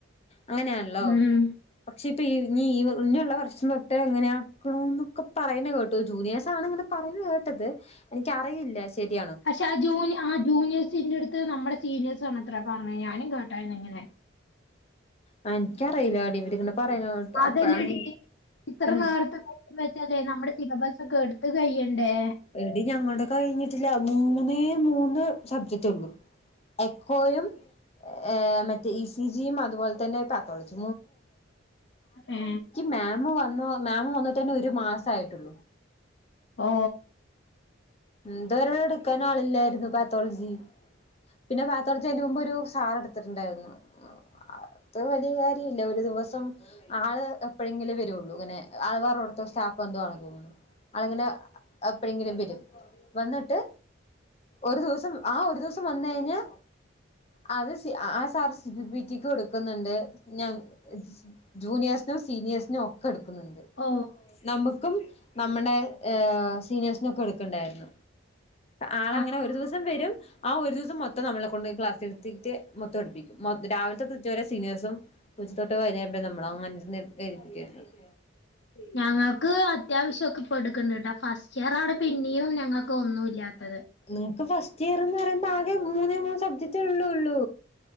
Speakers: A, on the left; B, on the left.
A: അങ്ങനെയാണല്ലോ?
B: ഉം
A: പക്ഷെ ഇപ്പൊ ഇ ഇഞ്ഞി ഇഞ്ഞിള്ള വർഷം തൊട്ട് എങ്ങനെയ <unintelligible> എന്നൊക്കെ പറയുന്നേ കേട്ടു ജൂനിയേഴ്സ് ആണ് ഇങ്ങനെ പറഞ്ഞു കേട്ടത് എനിക്കറിയില്ല. ശരിയാണോ
B: പക്ഷെ ആ ജൂ ആ ജൂനിയേഴ്സിന്റെ അടുത്ത്. നമ്മുടെ സീനിയേഴ്സ് ആണത്രെ പറഞ്ഞത്. ഞാനും കേട്ടിരുന്നു ഇങ്ങനെ.
A: ആ എനിക്കറിയില്ലടി ഇവരിങ്ങനെ പറയുന്നത് കേട്ടു.
B: അതല്ലടി
A: അപ്പഴാണ്
B: ഇത്ര
A: ഉം
B: നേരത്തെ എക്സാം വെച്ചാൽ നമ്മുടെ സിലബസ് ഒക്കെ എടുത്തു കഴിയണ്ടെ?
A: എടി ഞങ്ങളുടെ കഴിഞ്ഞിട്ടില്ല. മൂന്നേ, മൂന്ന്, സബ്ജററ് ഉള്ളു. എക്കോയും, ആ മറ്റേ. E C G. യും അതുപോലെ <unintelligible> ക്ക്
B: ഏ
A: മോമ് വന്നോ മോമ് വന്നിട്ട് തന്നെ ഒരു മാസം ആയിട്ടുള്ളു.
B: ഓ
A: ഇത് വരെ എടുക്കാൻ ആളില്ലായിരുന്നു. പാത്തോളജി. പിന്നെ പാത്തോളജി അതിന്റെ മുമ്പ് ഒരു സാർ എടുത്തിട്ടുണ്ടായിരുന്നു. അത് ഒരു വലിയ കാര്യം അല്ല ഒരു ദിവസം ആള് എപ്പോഴെങ്കിലും വരുള്ളൂ. അങ്ങനെ ആൾ കുറവുള്ളോടത്ത്. ചാപ്പ എന്ന്തോണ് തോന്നുന്നു അണങ്ങനെ എപ്പോഴെങ്കിലും വരും. വന്ന്ട്ട് ഒരു ദിവസം ആ ഒരു ദിവസം വന്നയ്ഞ്ഞാ <unintelligible> ജൂനിയേഴ്സിനും, സീനിയേഴ്സിനും, ഒക്കെ എടുക്കുന്നുണ്ട്.
B: ഓ
A: നമുക്കും നമ്മുടെ ഏ സീനിയേർസ്ന് ണ്ടയിരുനു ആൾങ്ങനെ
B: ആ
A: ഒരു ദിവസം വരും. ആ ഒരു ദിവസം മൊത്തം നമ്മളെ കൊണ്ട് ക്ലാ ത്തിട്ട് മൊത്തം എടുപ്പിക്കും മൊ രാവിലതൊട്ട് ഉച്ച വരെ സീനിയേഴ്സും <unintelligible>
B: ഞങ്ങക്ക് അത്യാവശ്യൊക്കെ പ്പൊടുക്ക്ണ്ട് ട്ടോ. ഫസ്റ്റ്ഇയറാ ഔടെ പിന്നിയും ഞങ്ങ ക്കൊ ഒന്നുല്ല്യാത്തത്
A: നിങ്ങക്ക് ഫസ്റ്റ് ഇയർന്ന് പറയുമ്പോ ആകെ മൂന്നേ മൂന്ന് സബ്ജക്ട്ള്ളുള്ളൂ